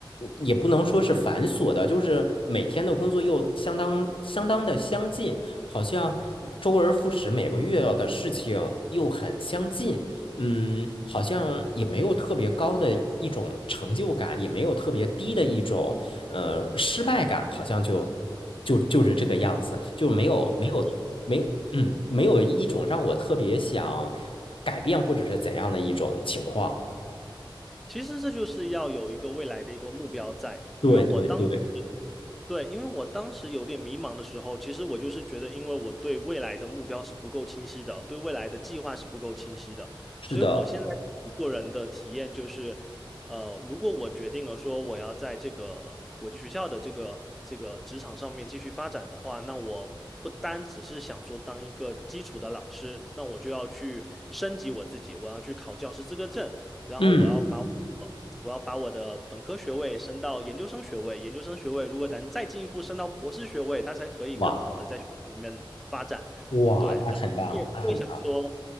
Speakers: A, on the left; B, in the centre.
A: 也不能说是繁琐的，就是每天的工作又相当相当的相近，好像周而复始，每个月的事情又很相近，嗯，好像也没有特别高的一种成就感，也没有特别低的一种呃失败感，好像就就就是这个样子，就没有没有没嗯没有一种让我特别想
B: 对，嗯，
A: 改变或者是怎样的一种情况。
B: 其实这就是要有一个未来的一个目标在，
A: 对对对，
B: 因为我当对，因为我当时有点迷茫的时候，其实我就是觉得，因为我对未来的目标是不够清晰的，对未来的计划是不够清晰的，
A: 是的，
B: 所以我现在一个人的体验就是，呃，如果我决定了说我要在这个国际学校的这个这个职场上面继续发展的话，那我不单只是想说当一个基础的老师，那我就要去升级我自己，我要去考教师资格证，然后我要把呃我要把我的本科学位升到研究生学位，
A: 嗯，
B: 研究生学位如果能再进一步升到博士学位，它才可以更好的在学校里面发展。
A: 哇哇，
B: 对，
A: 那很棒，
B: 然后你也不会想说，
A: 那很棒，